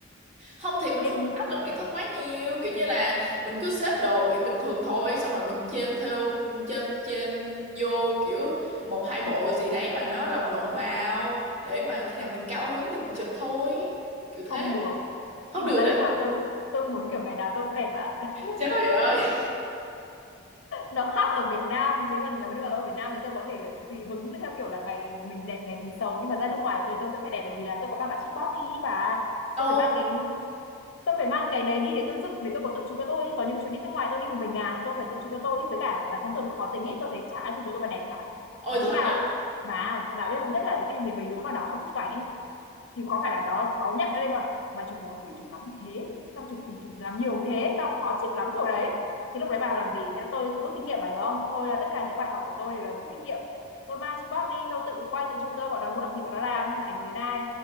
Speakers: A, on the right (about 30°); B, on the left (about 75°).
A: không thì mình
B: thêm
A: không có áp lực bản thân quá nhiều kiểu như là mình cứ xếp đồ kiểu bình thường thôi xong rồi mình chêm theo chêm chêm vô kiểu một hai bộ gì đấy mà nó lồng lộn vào để mà khi nào mình cao hứng thì mình chụp thôi kiểu
B: không
A: thế
B: được
A: không
B: khi mà
A: được
B: ra nước
A: á
B: ngoài tôi tôi muốn kiểu ngày nào tôi cũng đẹp ạ <laughs> Nước
A: trời ơi
B: nó khác ở Việt Nam nếu mà nếu mà ở Việt Nam thì tôi có thể tùy hứng theo kiểu là ngày mình đẹp ngày mình xấu nhưng mà ra nước ngoài thì tôi sẽ phải đẹp bởi vì là tôi có ba bà chị đi và
A: ồ
B: tôi phải mang cái tôi phải mang cái đấy đi để tôi dựng để tôi có tự chụp cho tôi ý. có những chuyến đi nước ngoài tôi đi một mình ngàn tôi phải tự chụp cho tôi ý. với cả bản thân tôi cũng khó tính ấy tôi thấy chả ai chụp cho tôi mà đẹp cả
A: ôi
B: mà đứa
A: thật
B: nào
A: á
B: mà mà biết không nhất là đi mình mấy đứa mà nó không thích chụp ảnh ấy thì có phải là nó cáu nhận lên không mà chụp đéo thì chụp lắm thế tao chụp gì chụp làm nhiều thế tao khó chịu lắm rồi đấy thì lúc đấy bà làm gì thế là tôi rút kinh nghiệm bà hiểu không tôi là tất cả những bài học của tôi đều là rút kinh nghiệm tôi mang tripod đi tôi tự quay tự chụp tôi bọn nó muốn làm gì bọn nó làm chả ảnh người này